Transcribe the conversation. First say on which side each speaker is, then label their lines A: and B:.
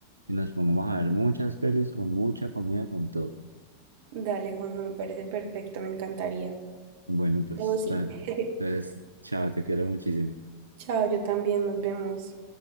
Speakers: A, on the right; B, on the right.
A: y nos pongamos a ver muchas pelis con mucha comida, con todo.
B: Dale, Juanjo, me parece perfecto, me encantaría.
A: Bueno, pues,
B: Oh, sí.
A: ta-
B: <laughs>
A: entonces, chao, te quiero muchísimo.
B: Chao, yo también, nos vemos.